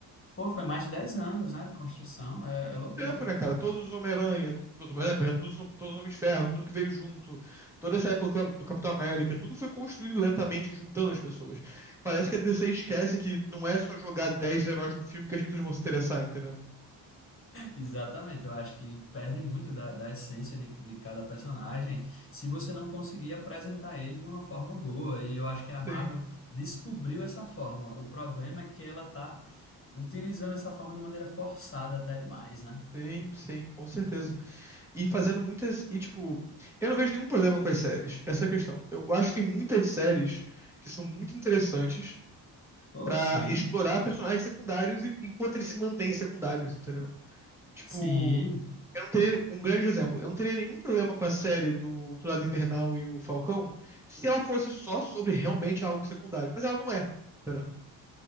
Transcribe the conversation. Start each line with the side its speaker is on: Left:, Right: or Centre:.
Left: Pô, foi mais de 10 anos, né, de construção, é, é loucura.
Centre: Tempo, né, cara? Todos os Homem-Aranha, todos os Homem-Aranha, por exemplo, todos, os- todos os Homens de Ferro, tudo que veio junto, toda essa época do, Cap- do Capitão América, tudo foi construído lentamente, juntando as pessoas. Parece que a DC esquece que não é só jogar 10 heróis no filme que as pessoas vão se interessar, entendeu?
Left: Exatamente, eu acho que perde muito da, da essência de, de cada personagem se você não conseguir apresentar ele de uma forma boa. E eu acho que a Marvel
Centre: Sim,
Left: descobriu essa fórmula. O problema é que ela está utilizando essa forma de maneira forçada até demais, né?
Centre: sim, sim, com certeza. E fazendo muitas. E, tipo, eu não vejo nenhum problema com as séries. Essa é a questão. Eu acho que tem muitas séries que são muito interessantes
Left: Pô,
Centre: pra
Left: sim,
Centre: explorar personagens secundários e- enquanto eles se mantêm secundários, entendeu? Tipo,
Left: sim.
Centre: eu não teria. Um grande exemplo. Eu não teria nenhum problema com a série do Soldado Invernal e o Falcão se ela fosse só sobre realmente algo secundário. Mas ela não é, entendeu?